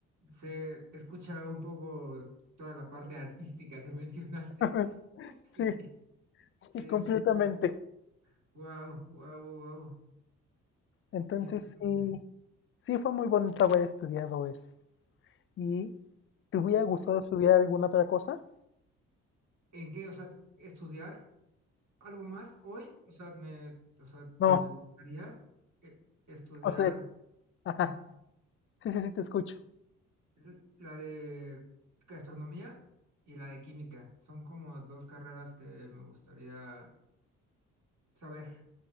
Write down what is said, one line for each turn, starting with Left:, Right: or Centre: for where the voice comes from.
Right: se escucha un poco toda la parte artística que mencionaste.
Left: <laughs>
Right: <laughs>
Left: Sí.
Right: Sí,
Left: Sí,
Right: sí,
Left: completamente.
Right: pero wow, wow, wow,
Left: Entonces
Right: qué interesante.
Left: sí, sí fue muy bonito haber estudiado eso. ¿Y te hubiera
Right: ¿Y
Left: gustado estudiar alguna otra cosa?
Right: en qué, o sea, estudiar algo más hoy? O sea, me, o sea,
Left: No,
Right: me gustaría eh, estudiar.
Left: o sea, ajá,
Right: Ajá.
Left: sí, sí, sí, te escucho.
Right: l- la de gastronomía y la de química. Son como dos carreras que me gustaría saber.